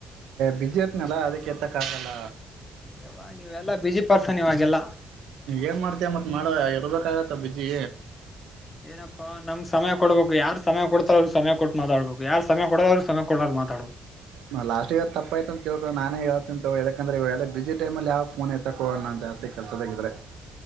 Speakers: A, on the right; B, on the left.
A: ಬಿಜೆತ್ನಲ್ಲ ಅದಕ್ಕೆೇತ್ತಕ್ಕಾಗಲ್ಲ.
B: ಯವ ನೀವೆಲ್ಲಾ ಬಿಸಿ ಪರ್ಸನ್ ನೀವೆಲ್ಲ
A: ಏನ್ ಮಾಡ್ತಯ ಮತ್ ಮಾಡ ಇರ್ಬೇಕಾಗತ್ತ ಬಿಜಿ.
B: ಏನಪ್ಪಾ ನಮ್ಗೆ ಸಮಯ ಕೊಡ್ಬೇಕು ಯಾರ ಸಮಯ ಕೊಡ್ತಾರ ಅವ್ರರು ಸಮಯ ಕೊಟ್ಟು ಮಾತಾಡ್ಬೇಕು ಯಾರ್ ಸಮಯ ಕೊಡಲ ಅವರಿಗೆ ಸಮಯ ಕೊಡಲಾರದ ಮಾತಾಡ್ಬೇಕು.
A: ನಾ ಲಾಸ್ಟ್ ಈಗ ತಪ್ಪ ಆಯ್ತ ಅಂತ ತಿಳ್ಕ ನಾನೇಳ್ತಂತ ಯಾಕಂದ್ರೆ ಇವಾಗೆ ಬ ಬಿಜಿ ಟೈಮ ಅಲ್ಲಿ ಯಾವ ಫೋನ್ ಯತ್ತಕ್ ಹೋಗಲ್ಲ ನನ್ ಜಾಸ್ತಿ ಕೆಲ್ಸದಾಗಿದ್ರೆ.